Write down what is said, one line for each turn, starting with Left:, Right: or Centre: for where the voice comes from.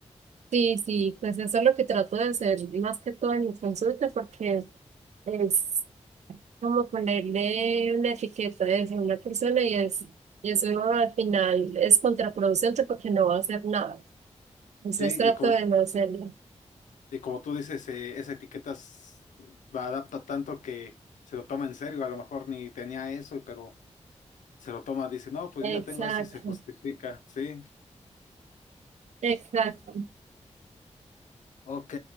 Right: Sí, sí, pues eso es lo que trato de hacer más que todo en mi consulta porque es como ponerle una etiqueta de eso a una persona y es, y eso al final es contraproducente porque no va a hacer nada. Entonces
Left: Sí,
Right: trato
Left: y como,
Right: de no hacerlo.
Left: y como tú dices, eh, esa etiqueta s- la adapta tanto que se lo toma en serio, a lo mejor ni tenía eso, pero se lo toma, dice, no, pues
Right: Exacto,
Left: yo ya tengo esto y se justifica, sí.
Right: exacto.
Left: Ok,